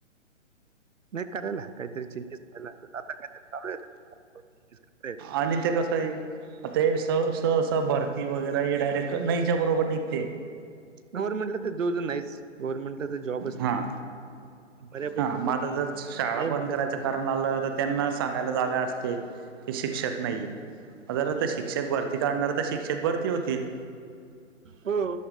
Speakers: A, on the right; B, on the right.
A: नाही करायला ह काहीतरी चेंजेस करायला आता काहीतरी
B: आणि ते कसं आहे आता ते स स स वगैरे हे डायरेक्ट इच्या बरोबर निघते
A: गव्हर्नमेंटला तर जो जो नाहीच गव्हर्नमेंटला तर जॉबच
B: हा.
A: नाही. बऱ्यापैकी
B: हा मग आता जर शाळा
A: नाही
B: बंद
A: म्हटल्यासारखंच
B: करायचं कारण
A: आहे.
B: आलं तर त्यांना सांगायला जागा असते कि शिक्षक नाहीये जर
A: हम्म.
B: तर शिक्षक भरती काढणार तर शिक्षक भरती होतील
A: हो